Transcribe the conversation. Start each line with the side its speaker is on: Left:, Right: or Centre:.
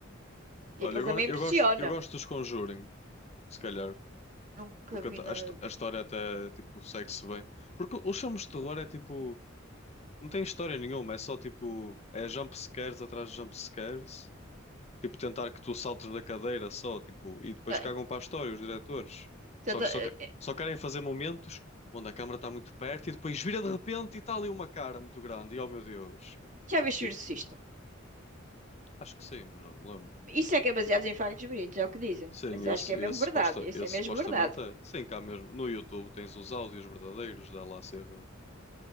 Left: Olha,
Right: E aquilo
Left: eu, go-
Right: também
Left: eu
Right: impressiona.
Left: gosto, eu gosto dos Conjuring, se calhar.
Right: Nunca
Left: Porque
Right: vi
Left: a, t-
Right: nada.
Left: a hist- a história até, tipo, segue-se bem. Porque os filmes de terror é, tipo... Não tem história nenhuma. É só, tipo... É jump scares atrás de jump scares. Tipo, tentar que tu saltes da cadeira só, tipo, e depois
Right: Ah,
Left: cagam
Right: ent-
Left: para a história os diretores.
Right: tanta-
Left: Só que só, que-
Right: eh, eh,
Left: só querem fazer momentos onde a câmara está muito perto e depois vira de repente e está ali uma cara muito grande. E oh meu Deus.
Right: Já viste
Left: E-
Right: o Exorcista?
Left: Acho que sim, mas já não me lembro.
Right: Isso é que é baseado em factos verídicos, é o que dizem.
Left: Sim,
Right: Mas
Left: esse,
Right: acho que é mesmo
Left: esse,
Right: verdade.
Left: suposta,
Right: Isso
Left: esse
Right: é mesmo
Left: supostamente
Right: verdade.
Left: é. Sim, cá mesmo. No YouTube tens os áudios verdadeiros dela a ser.